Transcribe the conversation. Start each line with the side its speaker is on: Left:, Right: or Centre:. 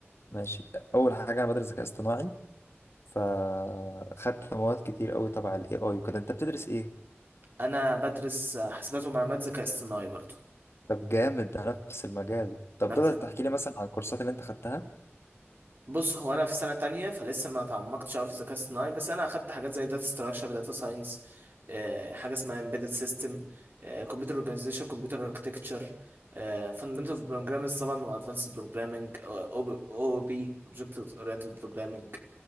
Left: ماشي أول حاجة أنا بدرس ذكاء اصطناعي فخدت مواد كتير قوي تبع ال AI وكده أنت بتدرس إيه؟
Right: أنا بدرس آه، حاسبات ومعلومات ذكاء اصطناعي برضو
Left: طب جامد ده نفس المجال طب
Right: نفس
Left: تقدر
Right: التمرين.
Left: تحكي لي مثلا عن الكورسات اللي أنت خدتها؟
Right: بص هو أنا في سنة تانية فلسه ما تعمقتش أوي في الذكاء الاصطناعي بس أنا أخدت حاجات زي داتا ستراكشر داتا ساينس حاجة اسمها امبيدد سيستم كمبيوتر اورجانيزيشن كمبيوتر اركتكتشر فاندمنتال بروجرامز طبعا وادفانسد بروجرامنج او بي اوبجكت اورينتد بروجرامنج